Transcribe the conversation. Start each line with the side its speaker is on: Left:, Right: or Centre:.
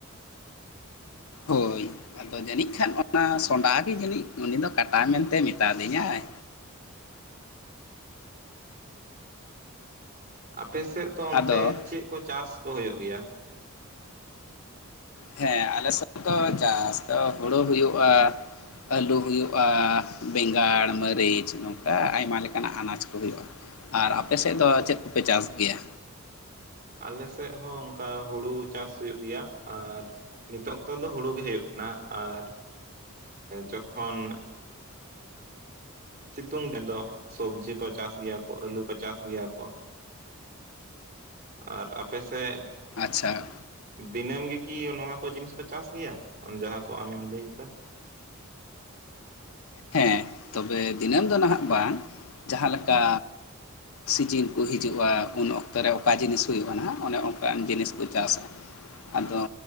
Left: ᱦᱳᱭ ᱟᱫᱚ ᱡᱟᱹᱱᱤᱡ ᱠᱷᱟᱱ ᱚᱱᱟ ᱥᱚᱸᱰᱟ ᱜᱮ ᱡᱟᱹᱱᱤᱡ ᱩᱱᱤ ᱫᱚ ᱠᱟᱴᱟ ᱢᱮᱱᱛᱮ ᱢᱮᱛᱟ ᱫᱤᱧᱟᱭ
Right: ᱟᱯᱮᱥᱮᱫ ᱫᱚ
Left: ᱟᱫᱚ
Right: ᱚᱱᱛᱮ ᱪᱮᱫ ᱠᱚ ᱪᱟᱥ ᱠᱚ ᱦᱳᱭᱳᱜ ᱜᱮᱭᱟ
Left: ᱦᱮᱸ ᱟᱞᱮ ᱥᱮᱫ ᱫᱚ ᱪᱟᱥ ᱫᱚ ᱦᱩᱲᱩ ᱦᱳᱭᱳᱜᱼᱟ ᱟᱹᱞᱩ ᱦᱳᱭᱳᱜᱼᱟ ᱵᱮᱸᱜᱟᱲ ᱢᱟᱹᱨᱤᱪ ᱱᱚᱝᱠᱟ ᱟᱭᱢᱟ ᱞᱮᱠᱟᱱᱟᱜ ᱟᱱᱟᱡᱽ ᱠᱚ ᱦᱳᱭᱳᱜᱼᱟ ᱟᱨ ᱟᱯᱮ ᱥᱮᱫ ᱫᱚ ᱪᱮᱫ ᱠᱚᱯᱮ ᱪᱟᱥ ᱜᱮᱭᱟ
Right: ᱟᱞᱮᱥᱮᱜ ᱦᱚᱸ ᱚᱝᱠᱟ ᱦᱩᱲᱩ ᱪᱟᱥ ᱦᱩᱭᱩᱜ ᱜᱮᱭᱟ ᱟᱨ ᱱᱤᱛᱚᱜ ᱚᱠᱛᱚ ᱫᱚ ᱦᱩᱲᱩ ᱜᱮ ᱦᱳᱭᱳᱜ ᱠᱟᱱᱟ ᱟᱨ ᱡᱚᱠᱷᱚᱱ ᱥᱤᱛᱩᱝ ᱫᱤᱱ ᱫᱚ ᱥᱚᱵᱡᱤ ᱠᱚ ᱪᱟᱥ ᱜᱮᱭᱟ ᱠᱚ ᱟᱹᱞᱩ ᱠᱚ ᱪᱟᱥ ᱜᱮᱭᱟ ᱠᱚ ᱟᱨ ᱟᱯᱮ ᱥᱮᱫ
Left: ᱟᱪᱪᱷᱟ
Right: ᱫᱤᱱᱟᱹᱢ ᱜᱮᱠᱤ ᱱᱚᱣᱟ ᱠᱚ ᱡᱤᱱᱤᱥ ᱠᱚ ᱪᱟᱥ ᱜᱮᱭᱟ ᱡᱟᱦᱟᱸ ᱠᱚ ᱟᱢᱮᱢ ᱞᱟᱹᱭ ᱠᱮᱫᱟ
Left: ᱦᱮᱸ ᱛᱚᱵᱮ ᱫᱤᱱᱟᱹᱢ ᱫᱚ ᱱᱟᱦᱟᱜ ᱵᱟᱝ ᱡᱟᱦᱟᱸ ᱞᱮᱠᱟ ᱥᱤᱡᱤᱱ ᱠᱚ ᱦᱤᱡᱩᱜᱼᱟ ᱩᱱ ᱚᱠᱛᱚ ᱨᱮ ᱚᱠᱟ ᱡᱤᱱᱤᱥ ᱦᱩᱭᱩᱜᱼᱟ ᱱᱟᱦᱟᱜ ᱚᱱᱮ ᱚᱱᱠᱟᱱ ᱡᱤᱱᱤᱥ ᱠᱚ ᱪᱟᱥᱟ ᱟᱫᱚ